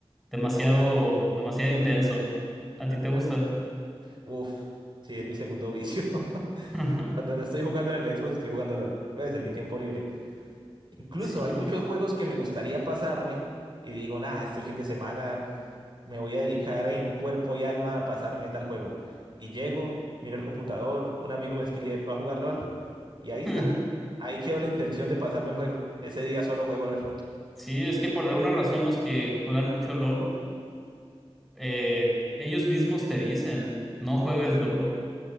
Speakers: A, in the centre; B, on the right (about 45°).
A: demasiado, demasiado intenso. ¿A ti te gusta?
B: Uf, sí, es mi segundo vicio. <laughs>
A: <laughs>
B: Cuando no estoy jugando en el Xbox, estoy jugando LOL. Pues en mi tiempo libre. Incluso
A: Sí.
B: hay muchos juegos que me gustaría pasarme y digo, nah, este fin de semana me voy a dedicar en cuerpo y alma a pasarme tal juego. Y llego, miro el computador, un amigo me escribe, va a jugar LOL y ahí está.
A: Hmm.
B: Ahí quedó la intención de pasarme el juego. Ese día solo juego LOL.
A: Sí, es que por alguna razón los que juegan mucho LOL, eh, ellos mismos te dicen, no juegues LOL.